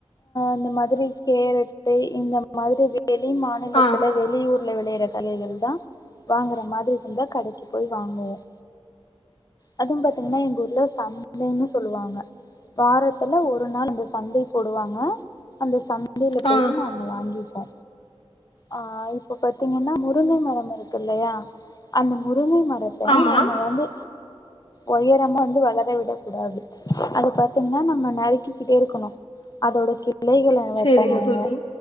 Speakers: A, on the left; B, on the left.
A: இந்த மாதிரி கேரட்டு இந்த மாதிரி வெளி மாநிலத்
B: ஆ
A: இத்துல வெளியூர்ல வெளையிற கலைைலதான் வாங்குற மாதிரி வந்தா கடக்கு போய் வாங்குவோம் அதுவும் பாத்தீங்கன்னா எங்க ஊர்ல சந்தன்னு சொல்லுவாங்க வாரத்துல ஒரு நாள் அந்த சந்த போடுவாங்க அந்த சந்த வண்டில போயிட்டு
B: ஆ
A: நாங்க வாங்கி அ ஆ இப்ப பாத்தீங்கன்னா முருங்கை மரம் இருக்குல்லையா அந்த மு முருங்கை மரத்த
B: ஆமா
A: நம்ம வந்து ஓயரமா வந்து வளர விடக் கூடாது அது பாத்தீங்கன்னா நம்ம நறுக்கிக்கிட்டே இருக்கணும் அதோட இலைகள வெட்டணும்
B: சேரிங்க தோழி